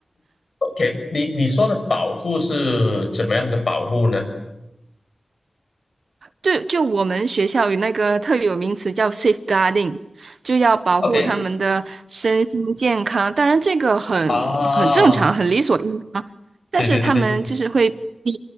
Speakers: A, on the left (about 70°); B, on the right (about 80°).
A: ，OK，你你说的保护是怎么样的保护呢
B: 对，就我们学校有那个特有名词叫 safeguarding，就要保护他们的身心健康。
A: ？OK，
B: 当然，这个很很正常，
A: 啊，
B: 很理所应当。但是他们就是会比
A: 对对对对，